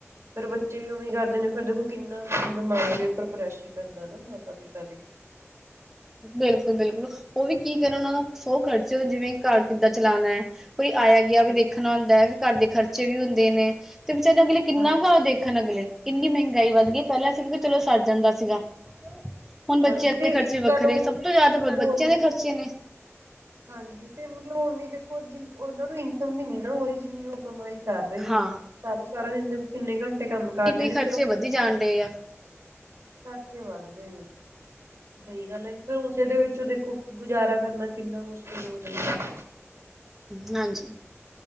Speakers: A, on the right; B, in the centre.
A: ਫੇਰ ਬੱਚੇ ਵੀ ਉਂਵੇਂ ਈ ਕਰਦੇ ਨੇ ਫਿਰ ਦੇਖੋ ਕਿੰਨਾ ਦਿਮਾਗ ਦੇ ਉੱਪਰ ਪ੍ਰੈਸ਼ਰ ਪੈਂਦਾ ਨਾ ਮਾਤਾ ਪਿਤਾ ਦੇ। <inaudible>
B: ਬਿਲਕੁਲ-ਬਿਲਕੁਲ ਉਹ ਵੀ ਕੀ ਕਰਨ ਉਹਨਾਂ ਨੂੰ ਸੌ ਖਰਚੇ ਜਿਵੇਂ ਘਰ ਕਿੱਦਾਂ ਚਲਾਣਾ ਐ। ਕੋਈ ਆਇਆ।
A: ਬਿਲਕੁਲ
B: ਵੀ ਦੇਖਣਾ ਹੁੰਦਾ ਐ ਫਿਰ ਘਰ ਦੇ ਖਰਚੇ ਵੀ ਹੁੰਦੇ ਨੇ ਤੇ ਵਿਚਾਰੇ ਅਗਲੇ ਕਿੰਨਾ
A: ਹਾਂ
B: ਕੁ ਦੇਖਣ ਅਗਲੇ। ਇੰਨੀ ਮਹਿੰਗਾਈ ਵੱਧ ਗਈ ਪਹਿਲਾਂ ਸੀਗਾ ਕਿ ਚਲੋ ਸਰ ਜਾਂਦਾ ਸੀਗਾ, ਹੁਣ ਬੱਚਿਆਂ
A: ਹਾਂਜੀ ਤੇ
B: ਦੇ ਖਰਚੇ
A: ਇੱਕ
B: ਵ
A: ਗੱਲ
B: ਵੱਖਰੇ
A: ਉਹ
B: ਸਭ ਤੋਂ ਜ਼ਿਆਦਾ ਬੱਚਿਆਂ
A: ਹੋਰ
B: ਦੇ ਖਰਚੇ ਨੇ।
A: ਹਾਂਜੀ ਤੇ ਮਤਲਬ ਓਨੀ ਦੇਖੋ ਜਿ ਉਹਨਾ ਨੂੰ ਇਨਕਮ ਨੀ ਨਾ ਉਹ ਰੀ ਜਿੰਨੀ ਉਹ ਕਮਾਈ ਕਰ ਰਹੇ ਨੇ,
B: ਹਾਂ
A: ਸਾਰਾ ਸਾਰਾ ਦਿਨ ਦੇ ਕਿੰਨੇ ਘੰਟੇ ਕੰਮ ਕਰਦੇ
B: ਬਈ
A: ਨੇ
B: ਖਰਚੇ
A: ਫੇਰ ਉਹ
B: ਵਧੀ ਜਾਣ ਡੇ ਐ।
A: ਖਰਚੇ ਵੱਧਗੇ ਨੇ ਜੀ, ਸਹੀ ਗੱਲ ਐ ਜੀ। ਫੇਰ ਉਸੇ ਦੇ ਵਿੱਚੋਂ ਦੇਖੋ ਗੁਜ਼ਾਰਾ ਕਰਨਾ ਕਿੰਨਾ ਮੁਸ਼ਕਿਲ ਹੋ ਜਾਂਦਾ।
B: ਹਾਂਜੀ।